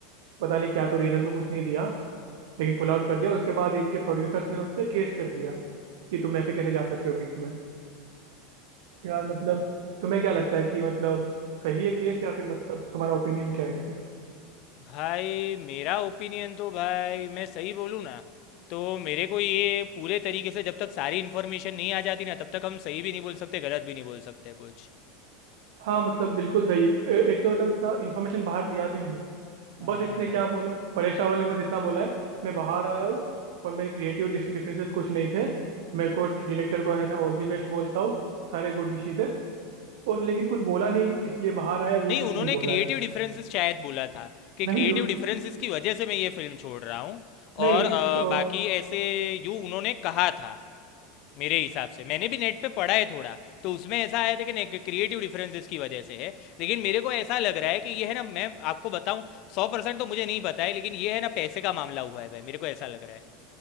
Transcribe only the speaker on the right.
पता नहीं क्या तो रीजन तो कुछ नहीं दिया लेकिन पुल आउट कर दिया उसके बाद इनके प्रोड्यूसर्स ने उस पर केस कर दिया कि तुम ऐसे कैसे जा सकते हो बीच में यार मतलब तुम्हें क्या लगता है कि मतलब सही है केस या फिर मतलब तुम्हारा ओपिनियन क्या है इस पे
हाँ मतलब बिल्कुल सही है ए- एक तो मतलब इतना इन्फॉर्मेशन बाहर दिया भी नहीं है
बस इसने
क्या बोला परेश रावल ने बस इतना बोला है मैं बाहर आ रहा हूँ और मेरे क्रिएटिव डिफरेंसेस कुछ नहीं थे मेरे को डायरेक्टर को है ना ऑल दी बेस्ट बोलता हूँ सारे गुड विशेस है और लेकिन कुछ बोला नहीं है कि किस लिए बाहर आया वो
कुछ
नहीं बोला
है
नहीं उस-
नहीं
अ,